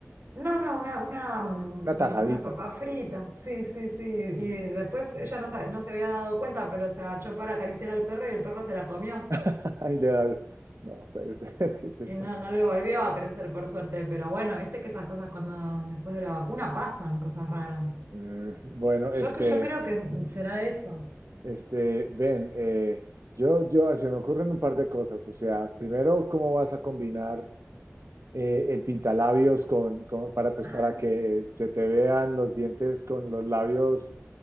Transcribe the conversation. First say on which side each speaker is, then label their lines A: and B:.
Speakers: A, on the right; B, on the right.
A: No, no, una, una, mm,
B: una tajadita.
A: una papa frita. Sí, sí, sí. Y después ella no, sa- no se había dado cuenta, pero se agachó para acariciar al perro y el perro se la comió.
B: <laughs> Ahí le da- no, puede ser, <laughs> ¿qué es
A: Y
B: esto?
A: no, no le volvió a crecer por suerte. Pero bueno, viste que esas cosas cuando después de la vacuna pasan, cosas raras.
B: Mm, bueno,
A: Yo,
B: este,
A: cre- yo creo que será eso.
B: este, ven, eh, yo, yo, se me ocurren un par de cosas, o sea, primero, ¿cómo vas a combinar? eh, el pintalabios con, con- para, pues,
A: Ah.
B: para que se te vean los dientes con los labios